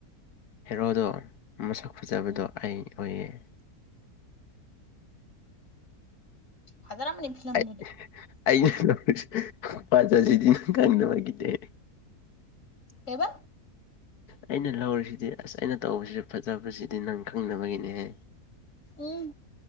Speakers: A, on the left; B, on the left.
A: ꯍꯦꯔꯣꯗꯔ ꯃꯁꯛ ꯐꯖꯕꯗꯣ
B: ꯎꯝ
A: ꯑꯩ ꯑꯣꯏꯌꯦ
B: ꯍꯖꯔ ꯃꯅꯤ ꯄꯂꯗꯗꯤ
A: ꯑꯩ ꯑꯩꯅ ꯄꯥꯖꯁꯤꯗꯤ ꯅꯪ ꯈꯪꯅꯕꯒꯤꯅꯦ
B: ꯀꯕ
A: ꯑꯩꯅ ꯂꯧꯔꯤꯁꯤꯗꯤ ꯑꯁ ꯑꯩꯅ ꯇꯧꯕꯁꯤꯗ ꯐꯖꯕꯁꯤꯗꯤ ꯅꯪ ꯈꯪꯅꯕꯒꯤꯅꯦ ꯍꯥꯏ
B: ꯎꯝ